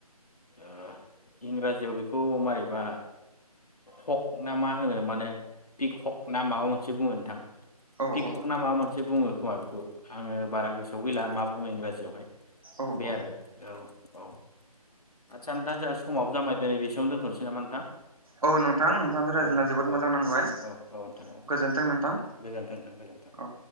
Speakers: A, on the left; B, on the right.
A: ओ इंराजियाव बेखौ मारैबा हक ना मा होनो माने पिक हक ना माबा मोनसे बुङो नोंथां
B: औ
A: पि
B: औ
A: हक ना माबा मोन से बुङो खोमा बेखौ आङो बारा गोसोआव गैला मा बुङो इंराजियावहाय
B: औ
A: बे
B: औ
A: आरो औ औ आदसा नोंथां जोंहा समाव जामाय दिनै बेसेयावनो दोन्थ'नोसै नामा नोंथां
B: औ नोंथां नोंथांजों रायज्लायना
A: औ
B: जोबोद
A: औ
B: मोजां नांबाय
A: औ औ नोंथां औ
B: गोजोन्थों नोंथां
A: दे गोजोनथों नोंथां गोजोनथों
B: औ